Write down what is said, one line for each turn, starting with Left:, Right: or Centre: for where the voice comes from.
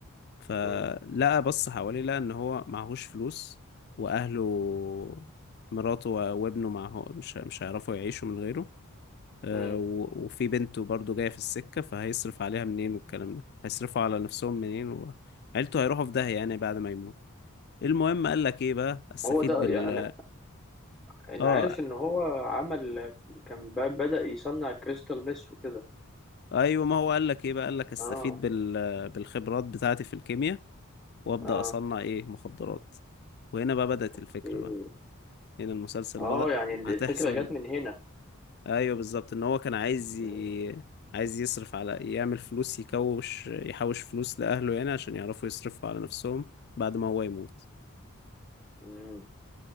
Left: فلقى
Centre: امم
Left: بص حواليه لقى ان هو معهوش فلوس واهله مراته و- وابنه معه مش مش هيعرفوا يعيشوا من غيره آه،
Centre: امم
Left: و- وفي بنته برضه جاية في السكة فهيصرف عليها منين والكلام ده هيصرفوا على نفسهم منين وعيلته هيروحوا في داهية يعني بعد ما يموت المهم قال لك ايه بقى استفيد
Centre: هو ده
Left: بال
Centre: يعني انا انا
Left: اه
Centre: عارف ان هو عمل كان ب- بدأ يصنع كريستال ميس وكده
Left: ايوه ما هو قال لك ايه بقى قال لك استفيد
Centre: اه
Left: بال... بالخبرات بتاعتي في الكيمياء وابدا
Centre: اه
Left: اصنع ايه مخدرات وهنا بقى بدات الفكره
Centre: اوكي
Left: بقى هنا المسلسل
Centre: اه
Left: بدا
Centre: يعني الفكرة
Left: هتحصل
Centre: جت من هنا
Left: ايوه بالظبط ان هو كان عايز
Centre: مم.
Left: ي... عايز يصرف على يعمل فلوس يكوش يحوش فلوس لاهله هنا عشان يعرفوا يصرفوا على نفسهم بعد ما هو يموت
Centre: مم.